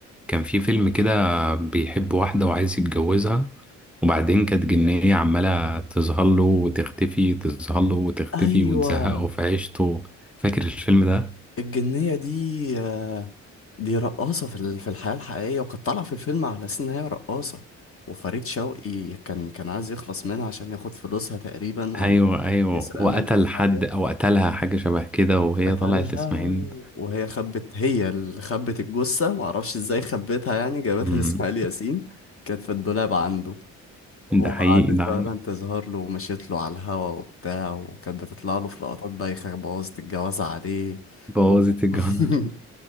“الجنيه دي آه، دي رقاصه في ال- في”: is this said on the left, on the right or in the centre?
Left